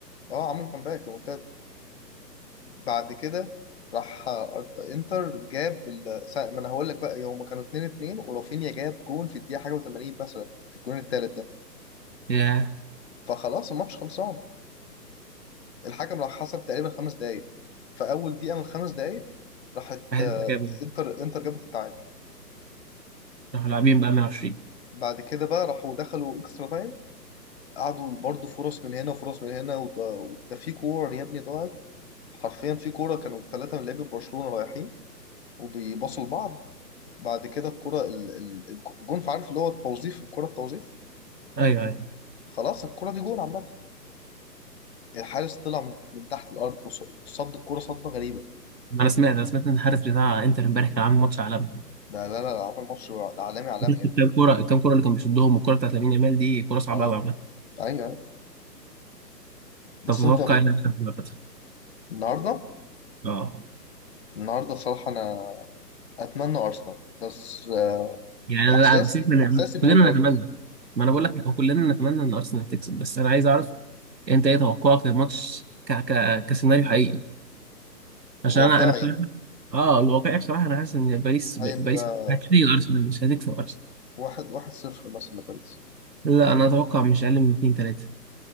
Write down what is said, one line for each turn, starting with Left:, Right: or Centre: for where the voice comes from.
Left: اه عملوا كامباك ريمونتاد بعد كده راح آه، انتر جاب ال... سا- ما انا هقول لك بقى هما كانوا 2 2 ورافينيا جاب جون في الدقيقة حاجة و80 مثلا الجون الثالث ده
Right: يا
Left: فخلاص الماتش خلصان الحكم راح حسب تقريبا خمس دقايق في اول دقيقة من الخمس دقايق راحت
Right: واحد
Left: آه،
Right: جابوا
Left: انتر انتر جابت التعادل
Right: راحوا لاعبين بقى 120
Left: بعد كده بقى راحوا دخلوا اكسترا تايم قعدوا برضو فرص من هنا وفرص من هنا وده, ده في كورة يا ابني ضاعت حرفيا في كورة كانوا ثلاثة من لعيبة برشلونة رايحين وبيباصوا لبعض بعد كده الكورة ال- ال- الجون عارف اللي هو التوظيف الكورة التوظيف
Right: ايوه ايوه
Left: خلاص الكورة دي جون عامة الحارس طلع من, من تحت الأرض وص- صد الكورة صدة غريبة
Right: انا سمعت انا سمعت ان الحارس بتاع انتر امبارح كان عامل ماتش عالمي
Left: لا لا لا عمل ماتش عالمي عالمي
Right: شفت
Left: يعني
Right: الكام كوره الكام كوره اللي كان بيصدهم والكوره بتاعت لامين يامال دي كوره صعبه
Left: اه
Right: قوي عامه
Left: ايوه أيوة. بس
Right: طب تتوقع
Left: انت
Right: ايه اللي هيحصل في المباراة؟
Left: النهارده
Right: اه
Left: النهارده بصراحة انا اتمنى ارسنال بس آه،
Right: يعني انا
Left: احساسي
Right: لا، سيبك من
Left: احساسي بيقول
Right: كلنا
Left: باريس
Right: نتمنى ما انا بقول لك هو كلنا نتمنى ان ارسنال تكسب بس انا عايز اعرف انت ايه توقعك للماتش ك... ك... كسيناريو حقيقي عشان
Left: واقعي
Right: انا انا بصراحه اه الواقعي بصراحه انا حاسس ان باريس ب-
Left: هيبقى
Right: باريس هتفرق ارسنال مش هتكسب ارسنال
Left: واحد واحد صفر مثلا لباريس
Right: لا انا اتوقع مش اقل من 2 3